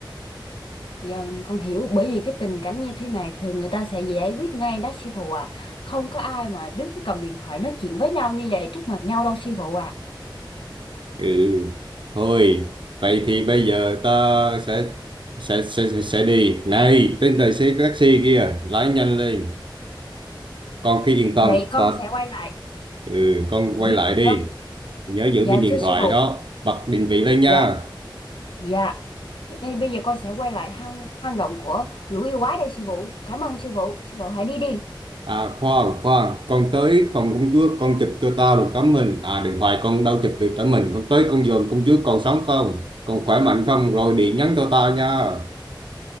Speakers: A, on the left (about 75°); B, on the right (about 70°).
A: Dân, con hiểu bởi vì cái tình cảnh như thế này thường người ta sẽ giải quyết ngay đó sư phụ à. Không có ai mà đứng cầm điện thoại nói chuyện với nhau như vậy trước mặt nhau đâu sư phụ à.
B: ừ thôi vậy thì bây giờ ta sẽ sẽ sẽ sẽ, sẽ đi này tên tài xế taxi kia lái nhanh lên con cứ yên tâm
A: Vậy con
B: ta
A: sẽ quay lại.
B: ừ, con
A: Dị-
B: quay lại
A: Vâng,
B: đi nhớ giữ
A: dạ
B: viên điện
A: thưa sư
B: thoại
A: phụ.
B: đó bật định vị lên nha
A: Dạ, dạ. Ngay bây giờ con sẽ quay lại hang hang động của lũ yêu quái đây sư phụ. Cảm ơn sư phụ. Sư phụ hãy đi đi.
B: à khoan khoan con tới phòng công chúa con chụp cho tao một tấm hình à điện thoại con đâu chụp được tấm hình con tới con dòm công chúa còn sống không còn khỏe mạnh không rồi điện nhắn cho tao nha